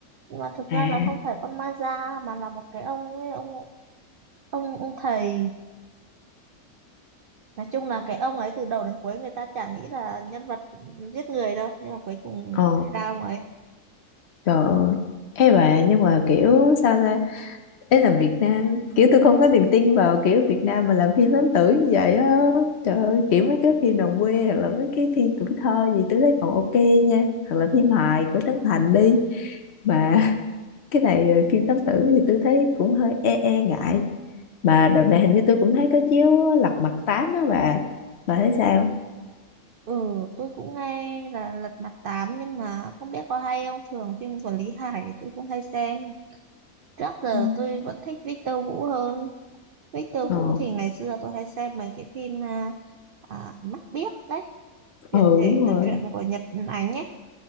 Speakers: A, on the right (about 80°); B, on the left (about 55°).
A: nhưng mà thực
B: à
A: ra là không phải con ma da mà là một cái ông ấy ông ông ông thầy nói chung là cái ông ấy từ đầu đến cuối người ta chả nghĩ là nhân vật giết người đâu nhưng mà cuối cùng
B: ờ
A: lại ra ông ấy
B: trời ơi Ê bà nhưng mà kiểu sao ta ấy là Việt Nam kiểu tôi không có niềm tin vào kiểu Việt Nam mà làm phim lãng tử như vậy á trời ơi kiểu mấy cái phim đồng quê hoặc là mấy cái phim tuổi thơ gì tôi thấy còn ok nha hoặc là phim hài của Trấn Thành đi mà <laughs> cái này ờ, phim lãng tử thì tôi thấy cũng hơi e e ngại mà đợt này hình như tôi cũng thấy có chiếu Lật Mặt Tám á bà bà thấy sao
A: ừ tôi cũng nghe là Lật Mặt Tám nhưng mà không biết có hay không thường phim của Lý Hải tôi cũng hay xem Trước giờ
B: Ừ.
A: tôi vẫn thích Victor Vũ hơn. Victor
B: ờ
A: Vũ thì ngày xưa tôi hay xem mấy cái phim à, à, Mắt Biếc đấy, chuyển
B: ừ
A: thể
B: đúng rồi
A: từ truyện của Nhật Ánh ấy.